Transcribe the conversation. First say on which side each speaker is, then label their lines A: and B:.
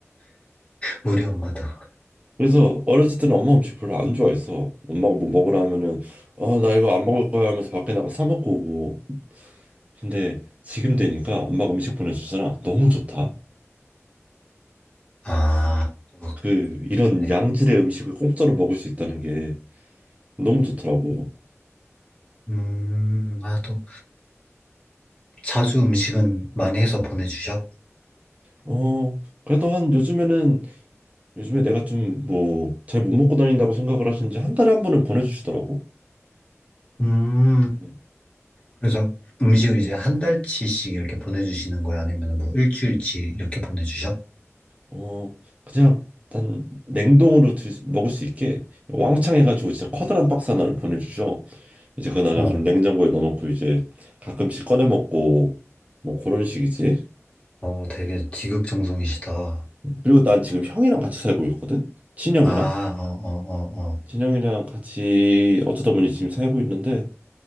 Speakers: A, on the left; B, on the right.
A: 우리 엄마도.
B: 그래서 어렸을 때는 엄마 음식 별로 안 좋아했어. 엄마가 뭐 먹으라 하면은 어 나 이거 안 먹을 거야 하면서 밖에 나가 사 먹고 오고. 근데 지금 되니까 엄마가 음식 보내주잖아. 너무 좋다.
A: 아, 또,
B: 그 이런
A: 네.
B: 양질의 음식을 공짜로 먹을 수 있다는 게 너무 좋더라고.
A: 음, 아, 또, 자주 음식은 많이 해서 보내주셔?
B: 어 그래도 한 요즘에는 요즘에 내가 좀 뭐 잘 못 먹고 다닌다고 생각을 하시는지 한 달에 한 번은 보내주시더라고.
A: 음,
B: 음.
A: 그래서 음식을 이제 한 달치씩 이렇게 보내주시는 거야? 아니면 뭐 일주일치 이렇게 보내주셔?
B: 어 그냥 난 냉동으로 드- 먹을 수 있게 왕창 해가지고 진짜 커다란 박스 하나를 보내주셔. 이제 그 나는
A: 어,
B: 그럼 냉장고에 넣어놓고 이제 가끔씩 꺼내 먹고 뭐 그런 식이지.
A: 어, 되게 지극정성이시다.
B: 그리고 난 지금 형이랑 같이 살고 있거든. 친형이랑
A: 아, 어, 어, 어,
B: 친형이랑 같이 어쩌다 보니 지금 살고 있는데